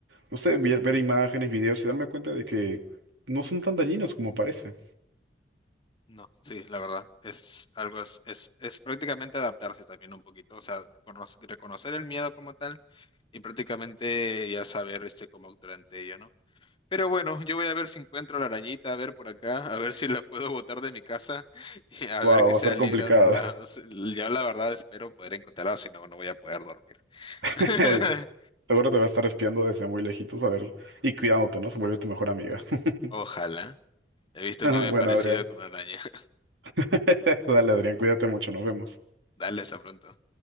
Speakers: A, on the right (about 75°); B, on the left (about 25°).
A: no sé, ver, ver imágenes, videos y darme cuenta de que no son tan dañinos como parece.
B: No, sí, la verdad, es algo, es, es, es prácticamente adaptarse también un poquito, o sea, conoce- reconocer el miedo como tal y prácticamente ya saber, este, cómo actuar ante ello, ¿no? Pero bueno, yo voy a ver si encuentro la arañita, a ver por acá, a ver si la puedo botar de mi casa <laughs> y a
A: Wow,
B: ver que
A: va
B: sea
A: a ser
B: libre
A: complicado.
B: a otro lado. S- Yo la verdad espero poder encontrarla, si no, no voy a poder dormir.
A: <laughs>
B: <laughs>
A: Seguro te va a estar espiando desde muy lejitos a ver y cuidándote, ¿no? Se vuelve tu mejor amiga.
B: Ojalá.
A: <laughs>
B: He visto un meme
A: Bueno,
B: parecido
A: Adrián.
B: con una araña. <laughs>
A: <laughs> Dale, Adrián, cuídate mucho, nos vemos.
B: Dale, hasta pronto.